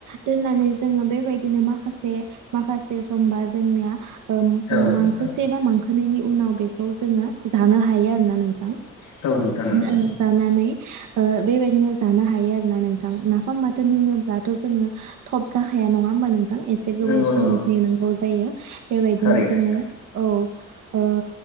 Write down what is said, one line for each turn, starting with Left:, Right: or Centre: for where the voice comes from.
Right: दोननानै । जोङो बेबायदिनो माखासे माखासे समबा जोंनिया ओ
Left: औ नोंथां औ
Right: मांखोसे
Left: नोंथां
Right: बा मांखोनैनि उनाव बेखौ जोङो जानो हायो आरोना नोंथां।
Left: औ नोंथां नंगौ
Right: ओ जानानै। ओ बेबायदिनो जानो हायो आरोना नोंथां नाफाम बाथोन होनोब्लाथ' जोङो थ'ब जाखाया नङा होमबा नों थां एसे गोबाव
Left: नंगौ
Right: सम
Left: नंगौ
Right: नेनांगौ जायो बेबायदिनो
Left: थारैनो
Right: जोङो
Left: नोंथां
Right: औ। ओ